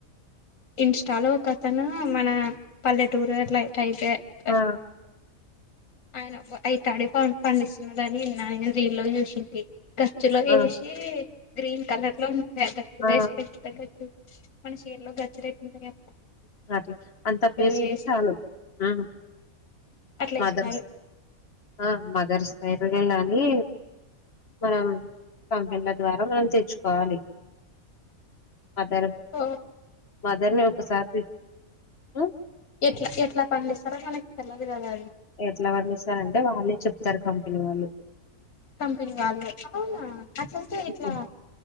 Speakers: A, on the left; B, on the left.
A: ఇన్స్టాలో కథను మన పల్లెటూరు ఎట్లా టైతే అ
B: ఆ
A: ఆయన అయి తడే పండిస్తున్నడుని నిన్న ఆయన రీ లో చూసి ఖచ్చిలో వేసి
B: ఆ
A: గ్రీన్ కలర్ లో
B: ఆ
A: బేస్ <unintelligible> పెచ్చు <unintelligible> కానీ చీరలో గన్ రేటు ఉంటాయ
B: అ అంత ప్లేస్
A: వేసి
B: చాలు మ్మ్
A: అట్లా
B: మదర్స్
A: వేసినారు
B: ఆ మదర్స్ ఎక్కడికి ఎల్లిన కానీ మనం కంపెనీల ద్వారా మనం తెచ్చుకోవాలి మదర్
A: ఓ
B: మదర్ ని ఒకసారి అ
A: ఎట్లు ఎట్లా పనులుస్తారో మనకి తెల్వదు కదా
B: ఎట్లా వనులు ఇస్తారంటే వాళ్ళే చెప్తారు కంపెనీ వాళ్ళు
A: కంపెనీ వాళ్ళే అవునా అట్లయితే
B: హ్మ్.
A: ఇట్లా